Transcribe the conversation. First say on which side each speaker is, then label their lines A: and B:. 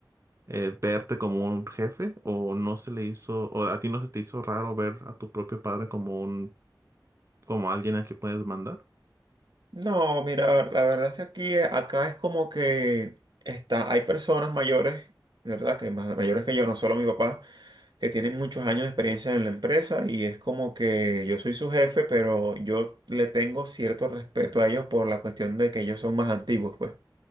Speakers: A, on the right; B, on the right.
A: eh, verte como un jefe, o no se le hizo, o a ti no se te hizo raro ver a tu propio padre como un, como alguien a quien puedes mandar.
B: No, mira, la verdad es que aquí, eh, acá es como que está, hay personas mayores, de ¿verdad? Que más, mayores que yo, no solo mi papá, que tienen muchos años de experiencia en la empresa y es como que yo soy su jefe, pero yo le tengo cierto respeto a ellos por la cuestión de que ellos son más antiguos, pues.